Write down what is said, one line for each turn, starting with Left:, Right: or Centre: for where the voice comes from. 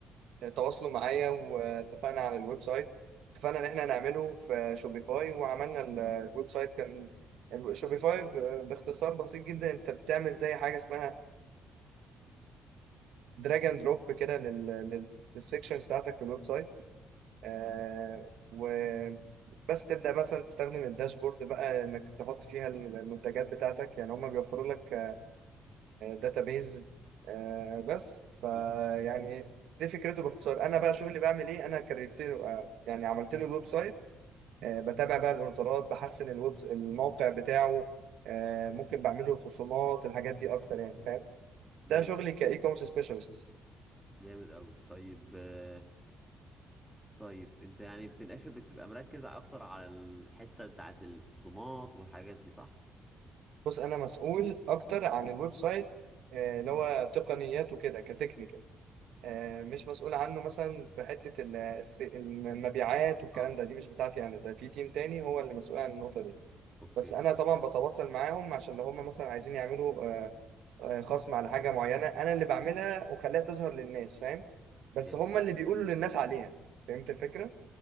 Right: تواصلوا معايا واتفقنا على الويب سايت اتفقنا ان احنا هنعمله في شوبيفاي وعملنا ال- الويب سايت كان ال- شوبيفاي ب- باختصار بسيط جدا انت بتعمل زي حاجه اسمها دراج اند دروب كده لل- لل- للسكشن بتاعتك في الويب سايت آه، و بس تبدأ مثلا تستخدم الداشبورد بقى انك تحط فيها المنتجات بتاعتك يعني هم بيوفروا لك داتابيز بس فيعني
Centre: مم،
Right: دي فكرته باختصار انا بقى شغلي بعمل ايه انا كريت له آه، يعني عملت له الويب سايت آه، بتابع بقى الاوردرات بحسن الويب الموقع بتاعه آه، ممكن بعمل له خصومات الحاجات دي اكتر يعني فاهم
Centre: جامد
Right: ده شغلي كاي كوميرس سبيشالست
Centre: جامد قوي طيب آه، طيب انت يعني من الاخر بتبقى مركز اكتر على الحته بتاعت الخصومات والحاجات دي صح
Right: بص انا مسؤول اكتر عن الويب سايت آه، اللي هو تقنيات وكده كتكنيكال آه، مش مسؤول عنه مثلا في حتة ال- الس- المبيعات والكلام
Centre: اه
Right: ده دي مش بتاعتي انا ده في تيم تاني هو اللي مسؤول عن النقطة دي
Centre: اوكي
Right: بس انا طبعا بتواصل معاهم عشان لو هم مثلا عايزين يعملوا آه، آه، خصم على حاجه معينه انا اللي بعملها وخليها تظهر للناس فاهم بس
Centre: جامد
Right: هم اللي بيقولوا للناس عليها فهمت الفكره